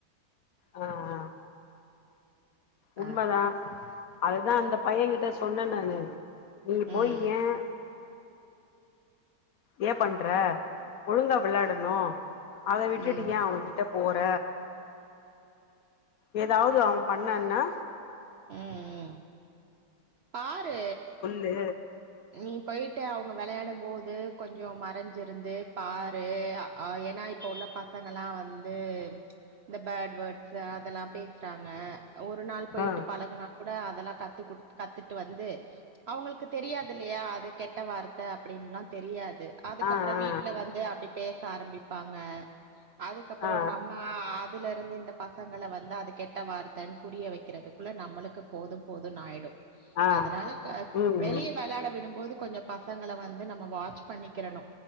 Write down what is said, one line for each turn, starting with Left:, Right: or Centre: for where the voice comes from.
Left: ஆ ஆ உண்மதான்
Right: ஆ
Left: அதுதான் அந்த பையன் கிட்ட சொன்ன நானு நீ போய்
Right: ம்
Left: ஏன் ஏன் பண்ற ஒழுங்கா விளாடணு அத விட்டுட்ட
Right: ம்
Left: ஏன் அவங்கிட்ட போற ஏதாவ்து அவன் பண்ணனா
Right: ம் ம் பாரு
Left: ட்டு
Right: நீ போயிட்டு அவங்க விளயாடும் போது கொஞ்சோ மறஞ்சிருந்து பாரு அ ஏன்னா இப்போ உள்ள பசங்காளா வந்து இந்த பேட் வேட்ஸ் அதல்லா பேசறாங்க ஒரு நாள் போய்ட்டு
Left: ஆ
Right: பழகுனா கூட அதெல்லா கத்துகுடுத் கத்துட்டு வந்து அவங்களுக்கு தெரியாத் துல்லயா அது கெட்ட வார்த்த அப்டின்ல்லா தெரியாது அதுக்கப்ரோ
Left: ஆ ஆ
Right: வீட்ல வந்து அப்டி பேச ஆரம்பிப்பாங்க அதுக்கப்ரோ
Left: ஆ ஆ
Right: நம்ம இதுல இருந்து இந்த பசங்கள வந்து அது கெட்ட வார்த்தைன்னு புரிய வைக்கிறதுக்குள்ள நம்மளுக்கு போது போதுன்னு ஆய்டு
Left: ஆ ஆ
Right: அதனால
Left: ம்
Right: வெளியே
Left: ம்
Right: விளையாட விடும்போது கொஞ்சோ பசங்கள வந் து நம்ம வாட்ச் பண்ணிக்ரனு